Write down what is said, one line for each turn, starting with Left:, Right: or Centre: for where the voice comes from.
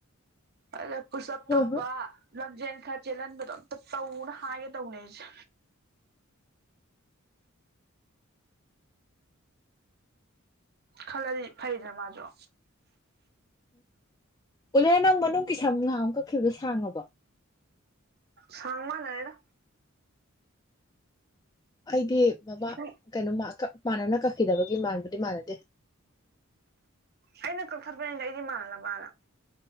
Right: ꯑꯗ ꯄꯨꯁꯨꯞ
Left: ꯍꯣꯏ
Right: ꯇꯧꯕ
Left: ꯍꯣꯏ
Right: ꯂꯪꯖꯦꯜ ꯈꯔ ꯆꯦꯜꯍꯟꯕꯗꯣ ꯑꯝꯇ ꯇꯧꯅ ꯍꯥꯏꯒꯦ ꯇꯧꯅꯩ ꯑꯩꯁꯦ ꯈꯜꯂꯗꯤ ꯐꯩꯗꯅ ꯃꯥꯁꯨ
Left: ꯎꯂꯦꯟ ꯅꯪ ꯃꯅꯨꯡꯒꯤ ꯁꯝ ꯅꯍꯥꯟꯃꯨꯛ ꯀꯛꯈꯤꯕꯗꯣ ꯁꯥꯡꯉꯕꫭ
Right: ꯁꯥꯡ ꯃꯥꯟꯅꯔꯦꯗ
Left: ꯑꯩꯗꯤ ꯕꯕꯥ
Right: ꯅꯪ
Left: ꯀꯩꯅꯣ ꯃꯥ ꯀ ꯃꯥꯅꯅ ꯀꯥꯈꯤꯗꯕ ꯒꯤ ꯃꯥꯟꯕꯕꯨꯗꯤ ꯃꯥꯥꯟꯅꯗꯦ
Right: ꯑꯩꯅ ꯀꯛꯊꯠꯄꯅꯤꯗ ꯑꯩꯗꯤ ꯃꯥꯟꯅꯅꯕꯅ